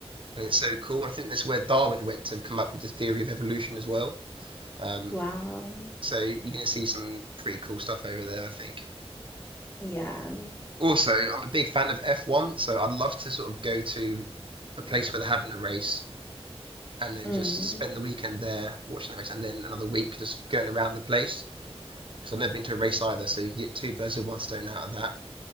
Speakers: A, on the right; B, on the left.
A: and it's so cool. I think that's where Darwin went to come up with the theory of evolution as well. Um,
B: Wow.
A: so you're gonna see some pretty cool stuff over there, I think.
B: Yeah.
A: Also, I'm a big fan of F1, so I'd love to sort of go to a place where they're having a race and then
B: Mm.
A: just spend the weekend there watching the race, and then another week just going around the place because I've never been to a race either. So you can get two birds with one stone out of that.